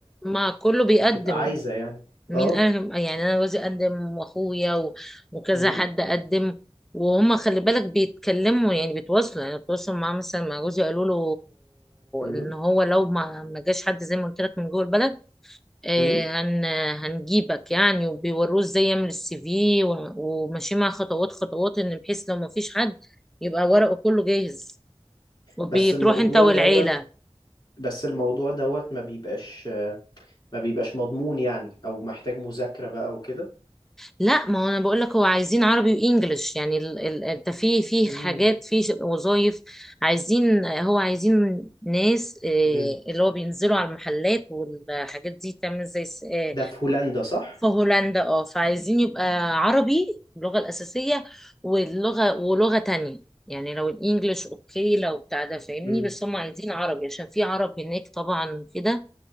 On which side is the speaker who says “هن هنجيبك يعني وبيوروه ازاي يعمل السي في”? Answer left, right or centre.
Centre